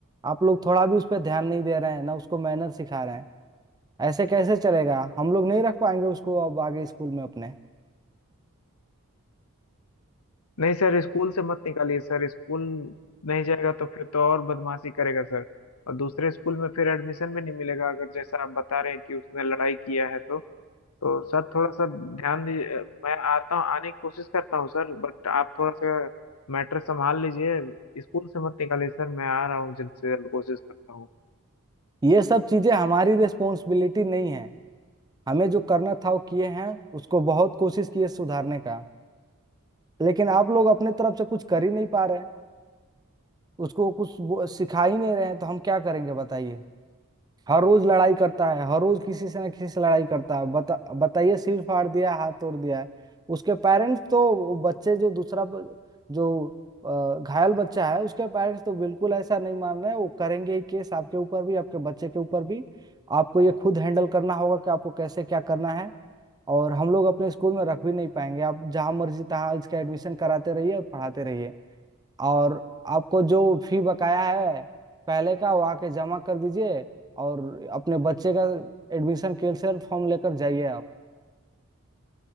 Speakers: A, on the right (about 20°); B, on the left (about 80°).
A: आप लोग थोड़ा भी उस पर ध्यान नहीं दे रहे हैं ना उसको मैनर सिखा रहे हैं ऐसे कैसे चलेगा हम लोग नहीं रख पाएंगे उसको अब आगे स्कूल में अपने
B: नहीं सर स्कूल से मत निकालिए सर स्कूल नहीं जाएगा तो फिर तो और बदमाशी करेगा सर और दूसरे स्कूल में फिर एडमिशन भी नहीं मिलेगा अगर जैसा आप बता रहे हैं कि उसने लड़ाई किया है तो तो सर थोड़ा सा ध्यान दीजिए मैं आता हूँ आने की कोशिश करता हूँ सर बट आप थोड़ा सा मैटर संभाल लीजिए स्कूल से मत निकालिए सर मैं आ रहा हूँ जल्द से जल्द कोशिश करता हूँ
A: ये सब चीजें हमारी रिस्पॉन्सिबिलिटी नहीं है हमें जो करना था वो किए हैं उसको बहुत कोशिश की है सुधारने का लेकिन आप लोग अपने तरफ से कुछ कर ही नहीं पा रहे हैं उसको कुछ वो- सिखा ही नहीं रहे हैं तो हम क्या करेंगे बताइए हर रोज लड़ाई करता है हर रोज किसी से ना किसी से लड़ाई करता है बता बताइए सिर फाड़ दिया है, हाथ तोड़ दिया है उसके पेरेंट्स तो वो बच्चे जो दूसरा ब- जो अ, घायल बच्चा है उसके पेरेंट्स तो बिल्कुल ऐसा नहीं मान रहे हैं वो करेंगे ही केस आपके ऊपर भी आपके बच्चे के ऊपर भी आपको ये खुद हैंडल करना होगा कि आपको कैसे क्या करना है और हम लोग अपने स्कूल में रख भी नहीं पाएंगे आप जहां मर्जी तहां इसका एडमिशन कराते रहिए और पढ़ाते रहिए और आपको जो फी बकाया है पहले का वो आके जमा कर दीजिए और अपने बच्चे का एडमिशन कैंसिल फॉर्म लेकर जाइए आप